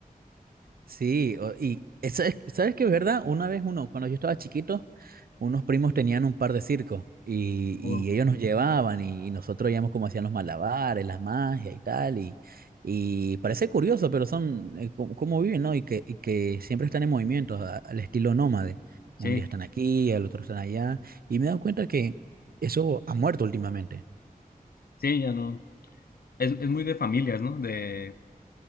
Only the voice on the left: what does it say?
Oh,
sí,
sí, ya no. Es, es muy de familias, ¿no? De,